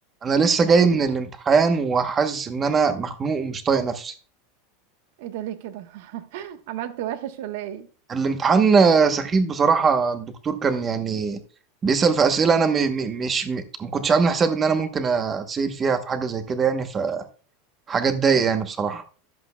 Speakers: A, on the right (about 15°); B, on the right (about 60°).
A: انا لسه جاي من الامتحان وحاسس ان انا مخنوق ومش طايق نفسي
B: ايه ده ليه كده <laughs> عملت وحش ولا ايه
A: الامتحان آه، سخيف بصراحة الدكتور كان يعني بيسأل في أسئلة أنا م م مش م ما كنتش عامل حساب إن أنا ممكن أتسأل فيها في حاجة زي كده يعني فحاجة تضايق يعني بصراحة